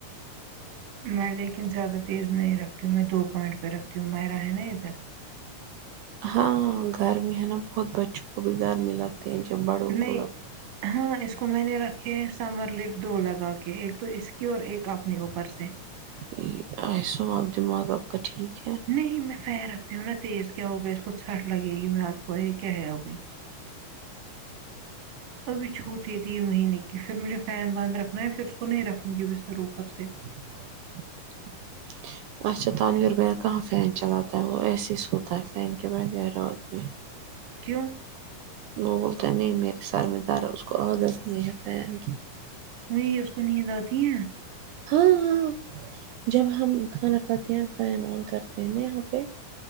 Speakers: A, on the right; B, on the right.
A: میں لیکن زیادہ تیز نہیں رکھتی ہوں میں دو پوائنٹ پہ رکھتی ہوں میرا ہے نا ادھر
B: ہاں گرمی ہے نا بہت بچوں کو بھی گرمی لگتی ہے جب بڑوں
A: نہیں
B: کو لگ
A: ہاں اس کو میں نے رکھ یہ سمر لفٹ دو لگا کے ایک تو اس کی اور ایک اپنے اوپر سے
B: یہ <unintelligible> دماغ آپ کا ٹھیک ہے
A: نہیں میں فیئر رکھتی ہوں نا تیز کیا ہوگا اس کو ٹھنڈ لگے گی میں آپ کو یہ کیا ہے ابھی <inaudible> ابھی چھوٹی تھی مہینے کی پھر مجھے فین بند رکھنا ہے پھر اس کو نہیں رکھوں گی بستر اوپر سے
B: <inaudible> اچھا تعویر بیر کہاں فین چلاتا ہے وہ ایسے ہی س ہوتا ہے فین کے بغیر رات میں
A: کیوں
B: وہ بولتے نہیں میرے سر میں درد اس کو عادت نہیں ہے فین کی
A: وہی اس کو نیند آتی ہے
B: ہاں ہاں جب ہم کھانا کھاتے ہیں فین آن کرتے ہیں نا یہاں پہ